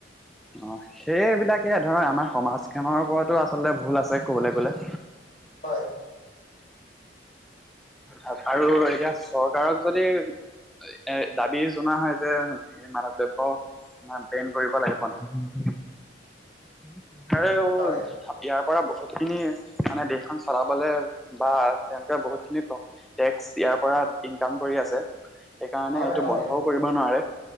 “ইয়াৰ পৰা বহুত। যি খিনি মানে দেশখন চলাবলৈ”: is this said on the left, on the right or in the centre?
Centre